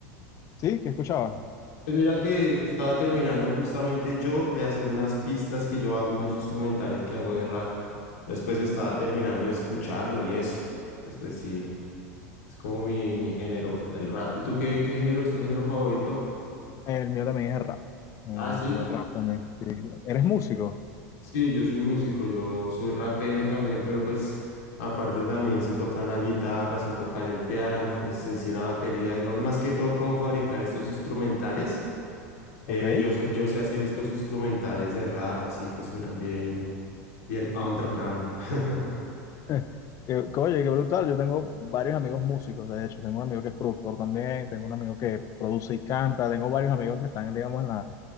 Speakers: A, on the left; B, on the left.
A: Sí, ¿qué escuchabas?
B: Pues mira que estaba terminando justamente yo de hacer unas pistas que yo hago, unos instrumentales que hago de rap. Después estaba terminando de escucharlo y eso. Después sí, es como mi, mi género, el rap. ¿Y tú qué, qué género es tu género favorito?
A: El mío también es el rap. Eh,
B: Ah, sí.
A: es el rap también, sí. ¿Eres músico?
B: Sí, yo soy músico, yo soy rapero también, pero pues aparte también se toca la guitarra, se tocar el piano, pues en sí la batería, digamos, más que todo cómo fabricar estos instrumentales.
A: Ok.
B: Eh, yo, sé- yo sé hacer estos instrumentales de rap, así que suenan bien, bien underground. <laughs>
A: <laughs> Que, que, oye, qué brutal. Yo tengo varios amigos músicos, de hecho. Tengo un amigo que es productor también, tengo un amigo que produce y canta, tengo varios amigos que están, digamos, en la,